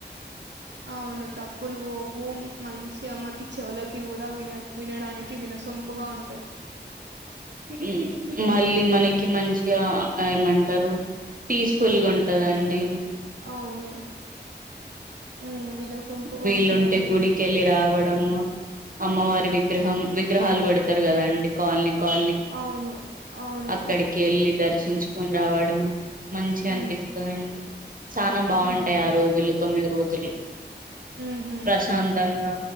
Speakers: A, on the right; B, on the right.
A: అవును తప్పులుపోవు మంచిగా మాకీ చెవులకి కూడా విన వినడానికి వినసొంపుగా ఉంటది
B: <inaudible> మళ్ళీ మనకి
A: హ్మ్.
B: మంచిగా అది ఏమంటారు పీస్ఫుల్గా
A: అవు
B: ఉంటందండి
A: అవును ఉమ్ వినసొంపుగా
B: వీళుంటే
A: ఉంటదండి
B: గుడికి వెళ్ళి రావడం అమ్మవారి విగ్రహం విగ్రహాలు పెడతారు కదాండి కాలనీ కా
A: అవును అవును
B: అక్కడికి ఎల్లి దర్శించుకొని కొని రావడం మంచిగా
A: ఉమ్,
B: అనిపిస్తాదండి చానా బాగుంటాయి
A: ఉమ్,
B: ఆ రోజులు తొమ్మిది రోజులు
A: ఉమ్హు,
B: ప్రశాంతంగా